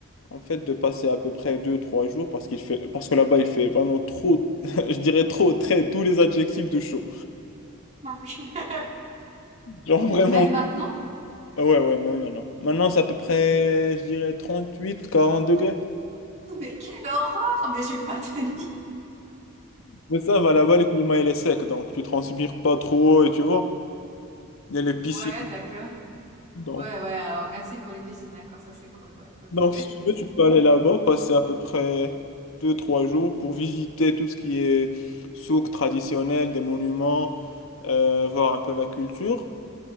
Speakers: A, on the left; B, on the right.
A: En fait, de passer à peu près deux trois jours parce qu'il fait, parce que là-bas, il fait vraiment trop, <laughs> je dirais trop, très, tous les adjectifs de chaud.
B: Non, mais-
A: Genre vraiment,
B: Même maintenant?
A: Ah ouais, ouais, mais maintenant. Maintenant, c'est à peu près, je dirais 38 40 degrés.
B: <laughs> Mais quelle horreur! Mais je vais pas tenir.
A: Mais ça va là-bas, le climat il est sec, donc tu transpires pas trop, et tu vois, il y a les piscines.
B: Ouais, d'accord.
A: Donc,
B: Ouais, ouais, alors merci pour les piscines, d'accord, ça c'est cool, ouais, ok.
A: donc si tu veux, tu peux aller là-bas, passer à peu près deux-trois jours pour visiter tout ce qui est souk traditionnel, des monuments, euh, voir un peu la culture.